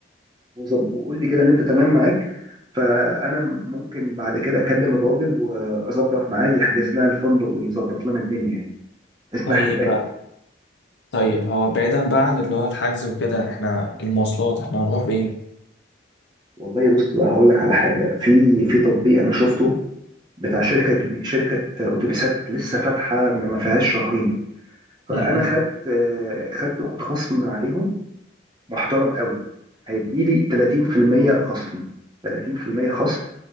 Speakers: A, on the right; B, on the left.
A: وظب- وقول لي كده اللي انت تمام معاك فانا ممكن بعد كده اكلم الراجل واظبط معاه يحجز لنا الفندق ويظبط لنا الدنيا يعني بحيث
B: طيب
A: إن احنا نلاقي
B: طيب هو بعيدا بقى عن اللي هو الحجز وكده احنا المواصلات احنا هنروح بايه؟
A: والله بص بقى هقول لك على حاجه في في تطبيق انا شفته بتاع شركه جديد- شركه اتوبيسات لسه فاتحه ما ما فيهاش شهرين فانا
B: امم
A: خدت آه، خدت كود خصم من عليهم محترم قوي هيديلي 30% خصم 30% خصم